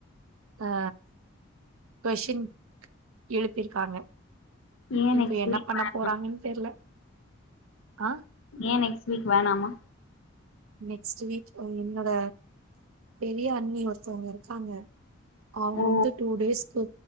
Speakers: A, on the right; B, on the left.
A: ஆ கொஷின் எழுப்பிருக்காங்க
B: ஏ
A: இப்ப
B: நெக்ஸ்ட்
A: என்ன
B: வீக்
A: பண்ண
B: வேணா
A: போறாங்கன் தெர்ல ஆ
B: ஏ நெக்ஸ்ட் வீக் வேணாமா
A: நெக்ஸ்ட்டு வீக் என்னோட பெரிய அண்ணி ஒருத்தவுங்க இருக்காங்க அவுங்க
B: ஓ
A: வந்து டூ டேஸ்க்கு